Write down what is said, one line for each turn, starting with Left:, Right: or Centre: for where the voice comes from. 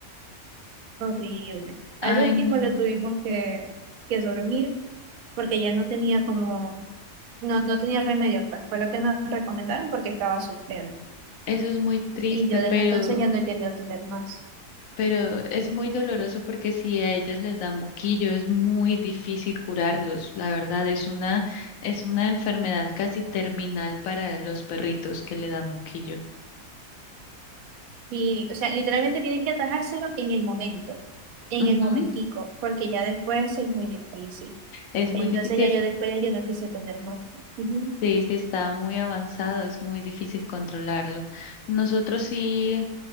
Right: horrible. Al
Left: Ay,
Right: último
Left: no.
Right: lo tuvimos que, que dormir, porque ya no tenía como, no, no tenía remedio, pues fue lo que nos recomendaron porque estaba sufriendo.
Left: Eso es muy triste,
Right: Y yo desde
Left: pero,
Right: entonces ya no he querido tener más.
Left: pero es muy doloroso porque si a ellas les da moquillo es muy difícil curarlos. La verdad es una, es una enfermedad casi terminal para los perritos que le dan moquillo.
Right: Y, o sea, literalmente tienen que atajárselo en el momento, en
Left: Ujú,
Right: el momentico, porque ya después es muy difícil.
Left: Es muy
Right: Entonces
Left: difícil,
Right: ya yo después ya yo no quise tenerlo. Ujú.
Left: sí, sí está muy avanzado, es muy difícil controlarlo. Nosotros sí.